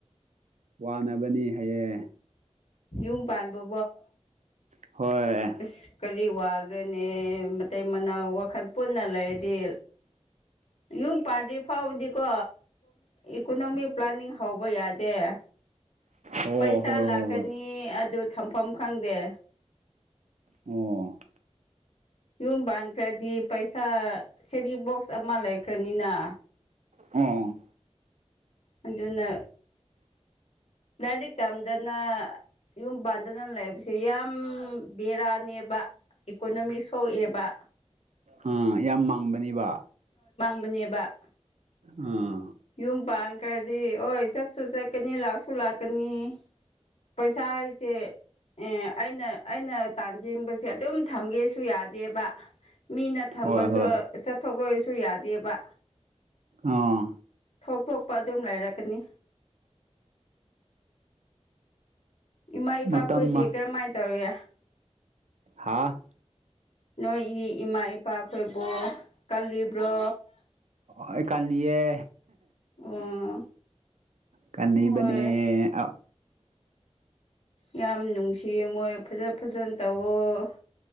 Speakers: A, on the right; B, on the left.
A: ꯋꯥꯅꯕꯅꯤ ꯍꯑꯦ
B: ꯌꯨꯝ ꯄꯥꯟꯕꯕꯣ
A: ꯍꯣꯏ
B: ꯑꯁ ꯀꯔꯤ ꯀꯔꯤ ꯋꯥꯈ꯭ꯔꯅꯦ ꯃꯇ ꯃꯅꯥ ꯋꯥꯈꯜ ꯄꯨꯟꯅ ꯂꯩꯔꯗꯤ ꯌꯨꯝ ꯄꯥꯟꯗ꯭ꯔꯤ ꯐꯥꯎꯕꯗꯤꯀꯣ ꯏꯀꯣꯅꯣꯃꯤꯛ ꯄ꯭ꯂꯥꯅꯤꯡ ꯐꯥꯎꯕꯌꯥ ꯗꯦ
A: ꯑꯣ
B: ꯄꯩꯁꯥ
A: ꯍꯣꯏ
B: ꯂꯥꯛꯀꯅꯤ
A: ꯍꯣꯏ ꯍꯣꯏ
B: ꯑꯗꯨ ꯊꯝꯐꯝ ꯈꯪꯗꯦ
A: ꯑꯣ
B: ꯌꯨꯝ ꯄꯥꯟꯈ꯭ꯔꯗꯤ ꯄꯩꯁꯥ ꯁꯦꯚꯤꯡ ꯕꯣꯛꯁ ꯑꯃ ꯂꯩꯈ꯭ꯔꯅꯤꯅ
A: ꯑ
B: ꯑꯗꯨꯅ ꯂꯤꯛ ꯇꯝꯗꯅ ꯌꯨꯝ ꯄꯥꯟꯗꯅ ꯂꯩꯕꯁꯦ ꯌꯥꯝ ꯕꯦꯔꯥꯅꯦꯕ ꯏꯀꯣꯅꯣꯃꯤꯛ ꯁꯣꯛꯑꯦꯕ
A: ꯑꯥ ꯌꯥꯝ ꯃꯥꯡꯕꯅꯤꯕ
B: ꯅꯦꯕ
A: ꯑꯥ
B: ꯌꯨꯝ ꯄꯥꯡ ꯀꯗꯤ ꯍꯣꯏ ꯆꯠꯁꯨ ꯆꯠꯀꯅꯤ ꯂꯥꯛꯁꯨ ꯂꯥꯛꯀꯅꯤ ꯄꯩꯁꯥ ꯍꯥꯏꯕꯁꯦ ꯑꯦ ꯑꯩꯅ ꯑꯩꯅ ꯇꯥꯟꯖꯤꯡꯕꯁꯦ ꯑꯗꯨꯝ ꯊꯝꯒꯦꯁꯨ ꯌꯥꯗꯦꯕ ꯃꯤꯅ ꯊꯝꯕꯁꯨ
A: ꯍꯣꯏ ꯍꯣꯏ
B: ꯆꯠꯊꯣꯛꯂꯣꯏꯁꯨ ꯌꯥꯗꯦꯕ
A: ꯑꯥ
B: ꯊꯣꯛ ꯊꯣꯛꯄ ꯑꯗꯨꯝ ꯂꯩꯔꯛꯀꯅꯤ ꯏꯃꯥ ꯏꯄꯥꯈꯣꯏꯗꯤ
A: ꯃꯇꯝ
B: ꯀꯔꯝꯃꯥꯏꯅ ꯇꯧꯏ
A: ꯍꯥꯥ
B: ꯅꯣꯏꯒꯤ ꯏꯃꯥ ꯏꯄꯥꯈꯣꯏꯕꯨ ꯀꯜꯂꯤꯕ꯭ꯔꯣ
A: ꯑꯦꯀꯥꯦ
B: ꯑꯣ
A: ꯀꯅꯕꯅꯤ
B: ꯍꯣꯏ
A: ꯑ
B: ꯌꯥꯝ ꯅꯨꯡꯁꯤꯌꯦ ꯃꯣꯏ ꯐꯖ ꯐꯖꯅ ꯇꯧꯋ